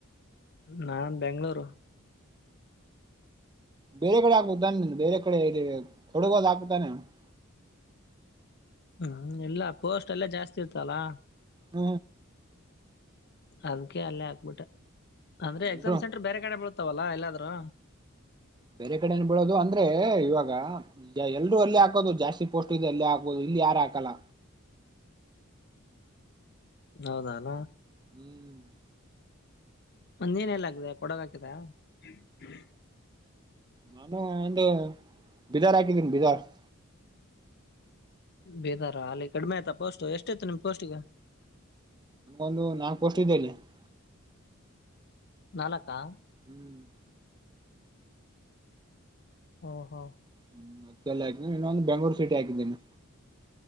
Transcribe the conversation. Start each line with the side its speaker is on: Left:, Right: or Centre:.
Left: ನಾನ್ ಬೆಂಗಗಳೂರು
Right: ಬೇರೆ ಕಡೆ ಹಗುದಾನೆ ಬೇರೆ ಕಡೆ ಕೊಡುಗೋದ ಹಾಕುತ್ತಾನೆ <unintelligible>
Left: ಹ್ಮ್ ಎಲ್ಲ ಪೋಸ್ಟ್ ಎಲ್ಲಾ ಜಾಸ್ತಿ ಇತ್ತಲ್ಲಾ
Right: ಹ
Left: <inaudible> ಅದಕ್ಕೆ ಅಲ್ಲೇ ಆಾಕ್ಬಿಟ್ಟೆ ಅಂದ್ರೆ
Right: ಎಲ್ರು
Left: ಎಕ್ಸಾಮ್ ಸೆಂಟ್ರ ಬೇರೆ ಕಡೆ ವಲ್ಲ ಎಲ್ಲಾದರು
Right: ಬೇರೆ ಕಡೆನು ಬಿಡೋದು ಅಂದ್ರೆ ಇವಾಗ ಎಲ್ಲರು ಅಲ್ಲಲ್ಲಿ ಹಾಕೋದು ಜಾಸ್ತಿ ಪೋಸ್ಟ್ ಇದೆ ಅಲ್ಲೇ ಹಾಕೋದು ಇಲ್ಲಿ ಯಾರು ಹಾಕಲ್ಲ
Left: ಹೌದಲ
Right: ಹ್ಮ್ <unintelligible>
Left: ಒಂದ್ ನೀನ್ ಎಲ್ಲ ಆಗ್ತ ಕೊಡಗ ಹಾಕಿದೆ <unintelligible>
Right: ನಾನು ಒಂದು ಬೀದಾರ್ ಹಾಕಿದ್ದೀನಿ ಬೀದಾರ್ <unintelligible>
Left: ಬೇದಾರ ಅಲ್ಲಿ ಕಡಿಮೆ ಆಯ್ತ ಪೋಸ್ಟ್ ಎಷ್ಟಾಯತು ನಿಮ ಪೋಸ್ಟಿಗೆ <unintelligible>
Right: ಒಂದು ನಾಲ್ಕ್ ಪೋಸ್ಟ್ ಇದೇಲ್ಲಿ <unintelligible>
Left: ನಾಲ್ಕಾ <unintelligible>
Right: ಹ್ಮ್ <unintelligible>
Left: ಹಓ ಹೋ <unintelligible>
Right: ಹ್ಮ್ ಮತ್ತಲ್ಲಾ ಇನ್ನೊಂದು ಬೆಂಗ್ <unintelligible> ಸಿಟಿಾಕಿದ್ದನಿ